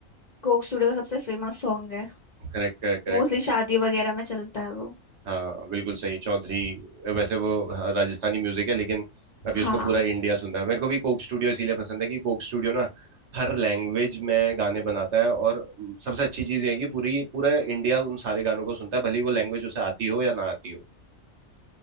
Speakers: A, on the left (about 45°); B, on the right (about 60°).
A: कोक स्टूडियो का सबसे फेमस सॉन्ग है
B: Correct correct correct
A: मोस्टली शादी वगैरह में चलता है वो
B: हाँ बिल्कुल सही चौधरी वैसे वो हाँ, राजस्थानी म्यूजिक है लेकिन अभी उसको
A: हाँ
B: पूरा इंडिया सुनता है मेरे को भी कोक स्टूडियो इसीलिए पसंद है कि कोक स्टूडियो ना हर लैंग्वेज में गाने बनाता है और सबसे अच्छी चीज़ ये है कि पूरी पूरा इंडिया उन सारे गानों को सुनता है भले ही वो लैंग्वेज उसे आती हो या ना आती हो